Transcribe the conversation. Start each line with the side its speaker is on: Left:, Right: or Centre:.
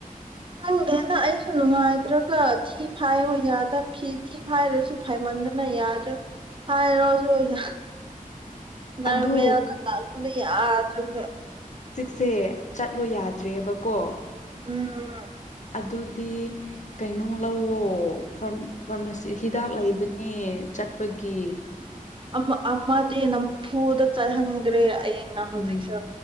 Right: ꯍꯪꯗꯦꯅ ꯑꯩꯁꯨ ꯅꯨꯡꯉꯥꯏꯇ꯭ꯔꯒ ꯊꯤ ꯐꯥꯏꯌꯣ ꯌꯥꯗꯕ ꯐꯤ ꯊꯤ ꯐꯥꯏꯔꯁꯨ ꯐꯥꯏꯃꯜ ꯆꯗꯅ ꯌꯥꯗ ꯐ ꯔꯣꯁ ꯍ ꯉꯔꯃꯦ
Left: ꯑꯗꯣ
Right: ꯌꯥ ꯑꯗꯨ ꯇꯜ ꯀ ꯌꯥꯗꯔꯃꯦ
Left: ꯁꯦ ꯆꯠꯂꯣ ꯌꯥꯗ꯭ꯔꯦꯕꯀꯣ
Right: ꯎꯝ ꯎꯝ
Left: ꯑꯗꯨꯗꯤ ꯀꯩꯅꯣ ꯂꯧꯋꯣ ꯐꯥꯔꯃꯥꯁꯤ ꯍꯤꯗꯥꯛ ꯂꯩꯕꯅꯤ ꯃꯤ ꯆꯠꯄꯒꯤ
Right: ꯑ ꯑꯃꯗꯤꯦ ꯅꯝ ꯄꯨꯗ ꯆꯍꯅꯤꯒ ꯦ ꯑꯌꯦꯡꯅ ꯍꯧꯖꯤꯛꯁꯦ
Left: ꯎꯝ